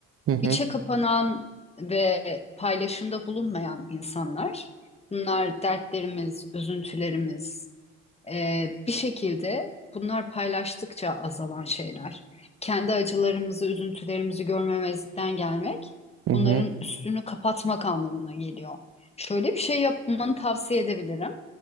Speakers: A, on the right; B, on the left.
A: Hı hı
B: İçe kapanan ve paylaşımda bulunmayan insanlar, bunlar dertlerimiz, üzüntülerimiz, ee, bir şekilde bunlar paylaştıkça azalan şeyler. Kendi acılarımızı, üzüntülerimizi görmemezlikten gelmek
A: hı
B: bunların
A: hı
B: üstünü kapatmak anlamına geliyor. Şöyle bir şey yapmanı tavsiye edebilirim